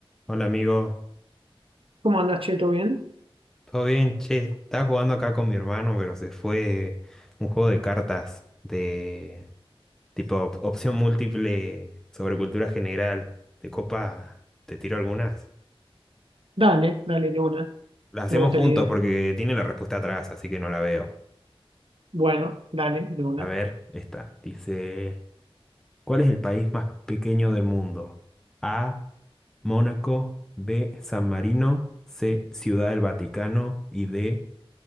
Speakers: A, in the centre; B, on the right.
A: Hola amigo,
B: ¿Cómo andas, che? ¿Todo bien?
A: ¿todo bien? Che, estaba jugando acá con mi hermano, pero se fue un juego de cartas de tipo op- opción múltiple sobre cultura general. De copa, te tiro algunas.
B: Dale, dale, de una.
A: Las hacemos
B: Me gusta
A: juntos
B: la idea.
A: porque tiene la respuesta atrás, así que no la veo.
B: Bueno, dale, de una.
A: A ver, esta. Dice, ¿cuál es el país más pequeño del mundo? A, Mónaco, B, San Marino, C, Ciudad del Vaticano y D,